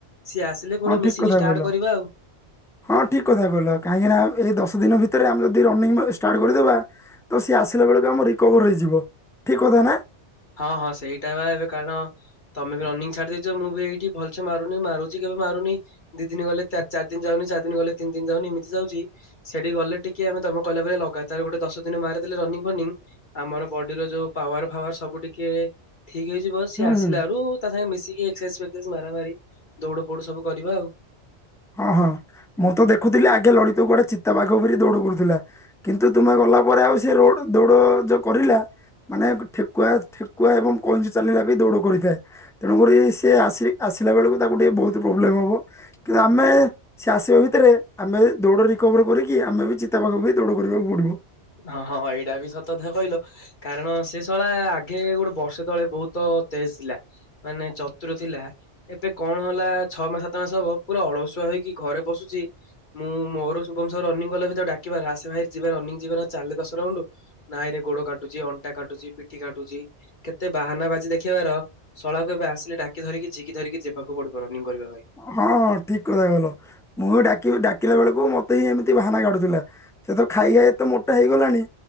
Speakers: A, on the left; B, in the centre.
A: ସିଏ ଆସିଲେ ପୁଣି
B: ହଁ ଠିକ
A: ମିଶିକି
B: କଥା
A: ଷ୍ଟାର୍ଟ
B: କହିଲ
A: କରିବା ଆଉ
B: ହଁ ଠିକ କଥା କହିଲ କାହିଁକି ନାନା ଏଇ ଦଶ ଦିନ ଭିତରେ ଆମେ ଯଦି ରନିଂ ଷ୍ଟାର୍ଟ କରିଦେବା ତ ସିଏ ଆସିଲା ବେଳକୁ ଆମ ରିକଭର ହେଇଯିବ ଠିକ୍ କଥା ନା?
A: ହଁ ହଁ ସେଇଟା ବା ଏବେ କାରଣ ତମେ ବି ରନିଂ ଛାଡିଦେଇଛ ମୁଁ ବି ଏଇଠି ଭଲସେ ମାରୁନି ମାରୁଛି କେବେ ମାରୁନି ଦି ଦିନ ଗଲେ ଚାରି ଦିନ ଯାଉନି ଚାରି ଦିନ ଗଲେ ତିନି ଦିନ ଯାଉନି ଏମିତି ଯାଉଛି ସେଠି ଗଲେ ଟିକେ ଆମେ ତମେ କହିଲ ପରେ ଲଗାତାର ଗୋଟେ ଦଶ ଦିନ ମାରିଦେଲେ ରନିଙ୍ଗ ଫନିଂ ଆମର ବଡିର ଯୋଉ ପାୱାର ଫାୱାର ସବୁ ଟିକେ ଠିକ ହେଇଯିବ ସିଏ
B: ହୁଁ
A: ଆସିଲା
B: ହୁଁ
A: ରୁ ତା ସାଙ୍ଗେ ମିଶିକି ଏକ୍ସରସାଇଜ ଫଜ ମାରାମାରି ଦୌଡ ଫୋଡ ସୁ କରିବା ଆଉ
B: ହଁ ହଁ ମୁଁ ତ ଦେଖୁଥିଲି ଆଗେ ଲଳିତ କୁଆଡେ ଚିତାବାଘ ପରି ଦୌଡ କରୁଥିଲା କିନ୍ତୁ ତୁମେ ଗଲା ପରେ ଆଉ ସେ ରୋଡ଼ ଦୌଡ଼ ଯୋଉ କରିଲା ମାନେ ଠେକୁଆ ଠେକୁଆ ଏବଂ କଇଁଚ ଚାଲିଲା ବି ଦୌଡ଼ କରିଥାଏ। ତେଣୁକରି ସିଏ ଆସି ଆସିଲା ବେଳକୁ ତାକୁ ଟିକେ ବହୁତ ପ୍ରୋବ୍ଲେମ ହବ। କିନ୍ତୁ ଆମେ ସେ ଆସିବା ଭିତରେ ଆମେ ଦୌଡ଼ ରିକଭର କରିକି ଆମେ ବି ଚିତା ପାଖକୁ ବି ଦୌଡ଼ କରିବାକୁ ପଡିବ।
A: ହଁ ହଁ ଭାଇ ଏଇଟା ବି ସତ କଥା କହିଲ। କାରଣ ସେ ଷଳା ଆଗେ ଗୋଟେ ବର୍ଷେ ତଳେ ବହୁତ ତେଜ ଥିଲା। ମାନେ ଚତୁର ଥିଲା। ଏବେ କଣ ହେଲା ଛଅ ମାସ, ସାତ ମାସ ହବ ପୁରା ଅଳସୁଆ ହେଇକି ଘରେ ବସୁଛି। ମୁଁ ମୋର ଶୁଭମ ସହ ରନିଂ କଲା ଭିତରେ ଡାକିବାର ଆସେ ଭାଇ ଯିବା ରନିଂ ଯିବା ନା ଚାଲେ ଦଶ ରାଉଣ୍ଡୁ ନାଇଁ ରେ ଗୋଡ କାଟୁଛି, ଅଣ୍ଟା କାଟୁଛି, ପିଠି କାଟୁଛି କେତେ ବାହାନା ବାଜି ଦେଖେଇବାର ଶଳାକୁ ଏବେ ଆସିଲେ ଡାକି ଧରିକି ଝିକି ଧରିକି ଯିବାକୁ ପଡିବ ରନିଙ୍ଗ କରିବା ପାଇଁ।
B: ହଁ ହଁ ଠିକ କଥା କହିଲ ମୁଁ ବି ଡାକିବି ଡାକିଲା ବେଳକୁ ମତେ ଇଏ ଏମିତି ବାହାନା କାଢୁଥିଲା। ସେ ତ ଖାଇ ଖାଇ ଏତେ ମୋଟା ହେଇଗଲାଣି।